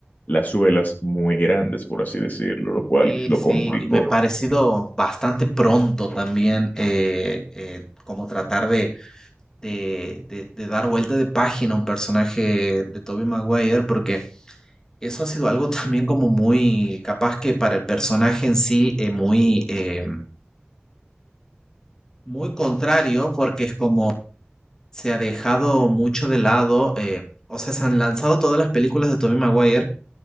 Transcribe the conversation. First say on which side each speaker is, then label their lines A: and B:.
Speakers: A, on the left (about 45°); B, on the left (about 15°).
A: las suelas muy grandes, por así decirlo, lo cual
B: sí,
A: lo
B: sí,
A: complicó.
B: y me ha parecido bastante pronto también eh, eh, como tratar de, de, de- de dar vuelta de página a un personaje de Tobey Maguire, porque eso ha sido algo <laughs> también como muy capaz que para el personaje en sí eh, muy, eh, muy contrario, porque es como se ha dejado mucho de lado, eh, o sea, se han lanzado todas las películas de Tobey Maguire